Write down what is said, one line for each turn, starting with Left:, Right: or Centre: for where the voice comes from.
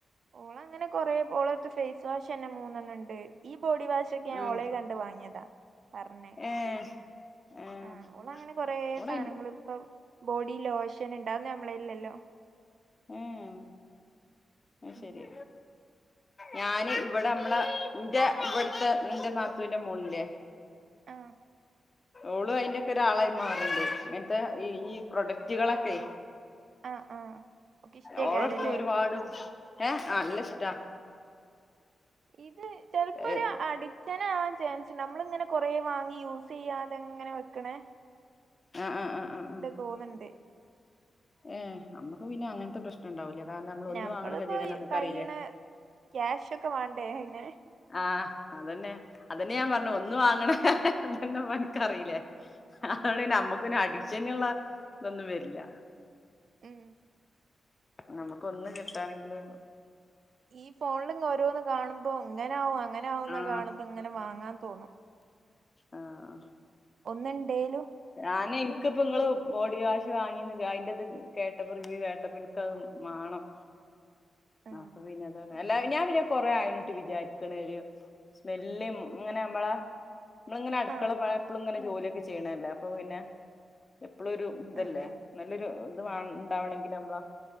Right: ഓളഅങ്ങനെ കൊറേ ഓളട്ത്ത് ഫേഷ് വാഷന്നെ മൂന്നെണ്ണണ്ട് ഈ ബോഡി വാഷ് ച്ചൊക്കെ ഞഓളെ
Left: ഉം
Right: കണ്ട് വാങ്ങിയതാ പർണെ
Left: ഏഹ് ഏഹ്
Right: ആഹ് ഓളങ്ങനെ കൊറേ
Left: ഓളയ്
Right: സാധനങ്ങള് ഇപ്പം ബോഡി ലോഷന് ഇണ്ട് അഒന്നും നമ്മളെല് ല്ലല്ലോ
Left: ഏഹ് ആയിശരി
Right: ഉം
Left: ഞാന് ഇവിടെ നമ്മളെ ഇന്റെ ഇവിട്ത്തെ ഇന്റെ നാത്തൂന്റെ മോള്ല്ലേ
Right: ആഹ്
Left: ഓള് അയിന്റക്കെ ഒരാളായി മാറിണ്ട് ഇങ്ങനത്തെ ഈ ഈ പ്രൊഡക്റ്റുകളൊക്കെ
Right: ആഹ് ആഹ് ഓക്ക് ഇഷ്ടേക്കാരല്ലേ
Left: ഓളടുത്ത് ഒരുപാട് ഏഹ നല്ല ഇഷ്ടാ
Right: ഇത് ചെൽപ്പൊര്
Left: ഏഹ്
Right: അടി ചെലവാവൻ ചാൻസ്ണ്ട് നമ്മളിങ്ങനെ കൊറേ വാങ്ങി യൂസ്യ്യാതെങ്ങനെ വെക്ക്ണേ
Left: ആഹ ആഹ് ആഹ് ആഹ്
Right: തോന്ന്ണ്ട്
Left: ഏഹ് നമ്മക്ക് പിന്നെ അങ്ങനത്തെ പ്രശ് ണ്ടാവൂല കാരണം നമ്മള് ഒന്ന്
Right: ഞമ്മളിപ്പോ
Left: വാങ്ങണ കതിയേടന്നെ നമുക്ക്റീലെ
Right: കയ്യ്ണ ക്യാഷ് ഒക്കെ വാണ്ടേ അയിന്
Left: ആഹ് അത് തന്നെ അതന്നെ ഞാൻ പറഞ്ഞെ ഒന്ന് വാങ്ങ്ണ <unintelligible> അൻക്ക് അറീലെ ളിന നമ്മക്ക് പിന്നെ അഡിക്ഷന്ള്ള ഇതൊന്നും വര്ല്ല
Right: ഉം
Left: നമുക്ക് ഒന്ന് കിട്ടാണെങ്കില്
Right: ഈ ഫോണ്ല്ങ് ഓരോന്ന് കാണുമ്പോ ഇങ്ങനാവും അങ്ങനാവുന്ന്‌
Left: ആഹ്
Right: കാണുമ്പോ ഇങ്ങനെ വാങ്ങാൻ തോന്നും
Left: ആഹ്
Right: ഒന്ന്ണ്ടേലു
Left: ഞാനെ ഇൻക്ക്പ്പങ്ങള് ബോഡി വാഷ് വാങ്ങിന്ന് അയിന്റത് കേട്ടപ്പ റിവ്യൂ കേട്ടപ്പ ഇൻകത് മാണം
Right: ആഹ്
Left: അപ്പൊ പിന്നെതാണ് അല്ല ഞാ പിന്നെ കൊറെേ ആയ്ണ് ട്ട് വിചാരിക്ക്ണ് ഒര് സ്മെല്ലും ഇങ്ങനെ നമ്മളാ മ്മള് ഇങ്ങനെ അട്ക്കള
Right: ആഹ്
Left: പ എപ്പള്ങ്ങനെ ജോലിയൊക്കെ ചെയ്യണല്ലേ അപ്പൊ പിന്നെ എപ്പളൊരു ഇതല്ലേ
Right: ആഹ്
Left: നല്ലൊരു ഇത് വാ ഇണ്ടാവണെങ്കില് നമ്മളാ